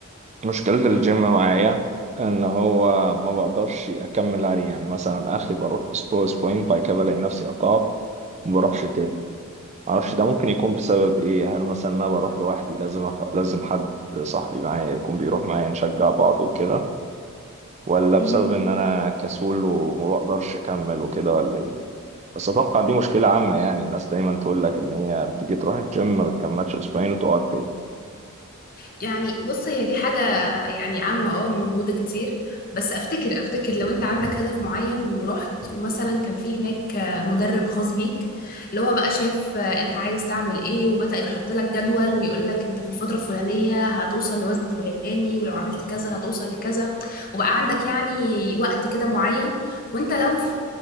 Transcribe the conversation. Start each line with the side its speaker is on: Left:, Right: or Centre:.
Right: مشكلة الجيم
Left: امم
Right: معايا إن هو ما بقدرش أكمل عليه يعني مثلا آخري بروح أسبوع أسبوعين بعد كده بلاقي نفسي قطعت ما بروحش تاني معرفش ده ممكن يكون بسبب إيه هل مثلا أنا بروح لوحدي لازم أخ... لازم حد صاحبي معايا يكون بيروح معايا نشجع بعض وكده ولا بسبب
Left: امم
Right: ان انا كسول وما بقدرش اكمل وكده ولا ايه بس اتوقع دي مشكلة عامة يعني الناس دايما تقول لك ان هي بتيجي تروح الجيم ما بتكملش اسبوعين وتقعد تاني
Left: يعني بص هي دي حاجة يعني عامة اه موجودة كتير بس افتكر افتكر لو انت عندك هدف معين ورحت ومثلا كان في هناك مدرب خاص بيك اللي هو بقى شاف انت عايز تعمل ايه وبدأ يحط لك جدول ويقول لك انت في الفترة الفلانية هتوصل لوزن فلاني ولو عملت كذا هتوصل لكذا وبقى عندك يعني وقت كده معين وانت لو